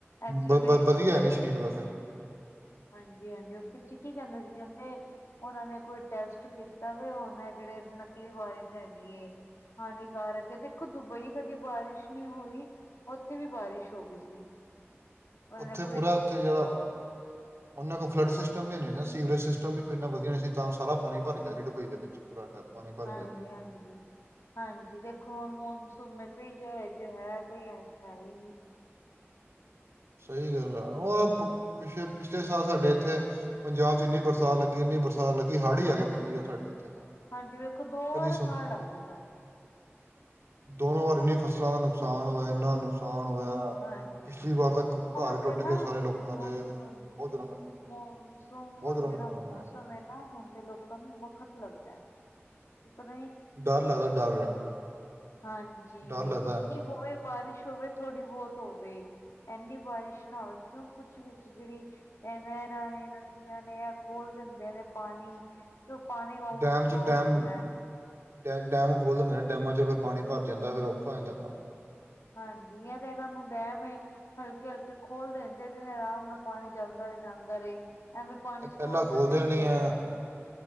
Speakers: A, on the left; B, on the right.
A: ਐਸਿਡ
B: ਵਧੀ
A: ਰੇਨ
B: ਵਧੀਆ ਹੈਨੀ ਸਰੀਰ ਵਾਸਤੇ।
A: ਹਾਂਜੀ-ਹਾਂਜੀ ਹੁਣ ਪਿੱਛੇ ਕੀ ਕਹਿੰਦੇ ਸੀ ਕਹਿੰਦੇ ਉਹਨਾਂ ਨੇ ਕੋਈ ਟੈਸਟ ਕੀਤਾ ਵੀ ਹੁਣ ਐ ਜਿਹੜੇ ਨਕਲੀ ਬਾਰਿਸ਼ ਹੈਗੀ ਏ ਹਾਨੀਕਾਰਕ ਦੇਖੋ ਦੁਬਈ ਕਦੀ ਬਾਰਿਸ਼ ਨੀ ਹੋਈ ਓਥੇ ਵੀ ਬਾਰਿਸ਼ ਹੈਗੀ ਸੀ। ਉਹਨਾਂ
B: ਓਥੇ
A: ਨੇ ਕੋਈ
B: ਪੂਰਾ
A: ਕੀਤਾ
B: ਓਥੇ ਜਿਹੜਾ
A: ਸੀ।
B: ਉਹਨਾਂ ਕੋਲ ਫਲੱਡ ਸਿਸਟਮ ਵੀ ਹੈ ਨੀ ਨਾ ਸੀਵਰੇਜ ਸਿਸਟਮ ਵੀ ਕੋਈ ਇੰਨਾ ਵਧੀਆ ਨਹੀਂ ਸੀ ਤਾਂ ਸਾਰ ਪਾਣੀ ਭਰ ਗਿਆ ਸੀ ਡੁਬਈ ਦੇ ਵਿੱਚ ਪੂਰਾ ਟੈ- ਪਾਣੀ ਭਰ
A: ਹਾਂਜੀ-ਹਾਂਜੀ।
B: ਗਿਆ ਸੀਗਾ
A: ਹਾਂਜੀ, ਦੇਖੋ ਹੁਣ ਮੌਨਸੂਨ ਕਈ <unintelligible> ਵਿੱਚ ਹੈ ਕਈਆਂ ਵਿੱਚ ਹੈਈ ਨੀ।
B: ਸਹੀ ਗੱਲ ਆ ਹਾਂ ਪਿੱਛੇ ਪਿੱਛਲੇ ਸਾਲ ਸਾਡੇ ਇੱਥੇ ਪੰਜਾਬ ਚ ਇੰਨੀ ਬਰਸਾਤ ਲੱਗੀ ਇੰਨੀ ਬਰਸਾਤ ਲੱਗੀ ਹੜ ਹੀ ਆ ਗਿਆ ਪਿਛਲੀ ਵਾਰ ਸਾਡੇ ਇੱਥੇ ਤਾਂ।
A: ਹਾਂਜੀ ਵੇਖੋ ਦੋ
B: ਕਦੀ
A: ਵਾਰ
B: ਸੋ
A: ਹੜ ਆ ਗਏ ਸਨ।
B: ਦੋਨੋ ਵਾਰ ਇਨੀ ਫਸਲਾਂ ਦਾ ਨੁਕਸਾਨ ਹੋਇਆ ਇੰਨਾ ਨੁਕਸਾਨ ਹੋਇਆ।
A: ਹਾਂਜੀ।
B: ਪਿਛਲੀ ਵਾਰ ਤਾਂ ਘ- ਘਰ
A: ਆਉਂਦੇ
B: ਟੁੱਟ
A: ਨਾ
B: ਗਏ ਸਾਰੇ ਲੋਕਾਂ
A: ਮੌਨਸੂਨ-ਮੌਨਸੂਨ
B: ਦੇ ਬਹੁਤ ਜ਼ਿਆਦਾ ਨੁਕ- ਬਹੁਤ ਜ਼ਿਆਦਾ
A: ਜਿਹੜਾ
B: ਨੁਕਸਾਨ
A: ਮੌਸਮ
B: ਹੋਇਆ
A: ਸਮੇਂ ਨਾ ਹੋਣ ਤੇ ਲੋਕਾਂ ਨੂੰ ਵੱਖਤ ਲੱਗਦਾ ਕਿ ਪਤਾ <inaudible>
B: ਡਰ ਲੱਗਦਾ ਡਰ
A: ਹਾਂਜੀ,
B: ਡਰ ਲੱਗਦਾ
A: ਕੀ ਹੋਵੇ ਬਾਰਿਸ਼ ਹੋਵੇ ਥੋੜ੍ਹੀ ਬੋਤ ਹੋਵੇ ਏਨੀ ਬਾਰਿਸ਼ ਨਾ ਹੋਵੇ ਕਿਉਂ ਕੁਛ ਵਿੱਚ ਜੇਹੜੀ ਐਨ ਰਾਣੀ ਨਦੀਆਂ ਨੇ ਐ ਖੋਲ ਦਿੰਦੇ ਨੇ ਪਾਣੀ ਤੇ ਪਾਣੀ ਓਵਰਫਲੋ
B: ਡੈਮ 'ਚ
A: ਹੋ
B: ਡੈਮ
A: ਜਾਂਦਾ ਹੈ।
B: ਡੈ ਡੈਮ ਖੋਲ ਦਿੰਦੇ ਨੇ ਡੈਮਾਂ ਚੋਂ ਫਿਰ ਪਾਣੀ ਭਰ ਜਾਂਦਾ ਫਿਰ ਔਖਾ ਹੋ ਜਾਂਦਾ ਕੰਮ।
A: ਹਾਂਜੀ, ਐ ਤੇ ਏਨਾਂ ਨੂੰ ਡੈਮ ਏ ਹਲਕੇ-ਹਲਕੇ ਖੋਲਦੇ ਨੇ ਜੀਦੇ ਨਾ ਆਰਾਮ ਨਾਲ ਪਾਣੀ ਜਾਂਦਾ ਰਹੇ ਜਾਂਦਾ ਰਹੇ। ਐਵੇਂ ਪਾਣੀ
B: ਇਹ
A: ਸਟੋਰ
B: ਪਹਿਲਾਂ ਖੋਲ
A: ਕਰਕੇ
B: ਦੇਣੀ
A: ਰੱਖਣ ਦੇ
B: ਆ
A: ਫੈਦਾ ਨੀ